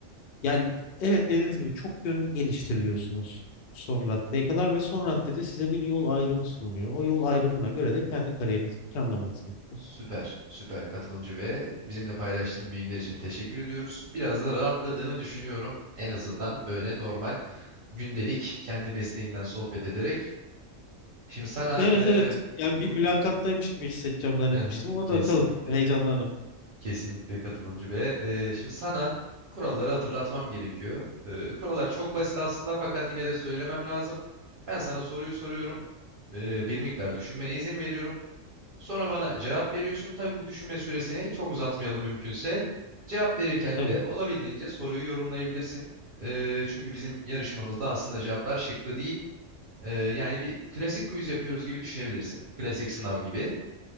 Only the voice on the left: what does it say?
Yani evet dediğiniz gibi çok yönlü geliştiriliyorsunuz son raddeye kadar ve son raddede size bir yol ayrımı sunuluyor. O yol ayrımına göre de kendi kariyerinizi planlamanız gerekiyor.
Evet
evet yani
bir mülakattaymış gibi hissedeceğim zannetmiştim
ama
da bakalım heyecanlandım.
Tabii